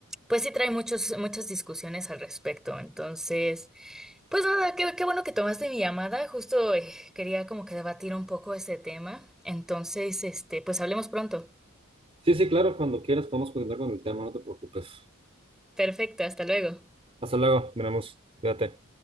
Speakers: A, in the centre; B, on the right (about 25°).
A: pues sí, trae muchos, muchas discusiones al respecto. Entonces, pues nada, qué, qué bueno que tomaste mi llamada. Justo eh, quería como que debatir un poco ese tema. Entonces, este, pues hablemos pronto.
B: Sí, sí, claro, cuando quieras podemos continuar con el tema, no te preocupes.
A: Perfecto, hasta luego.
B: Hasta luego, miramos, cuídate.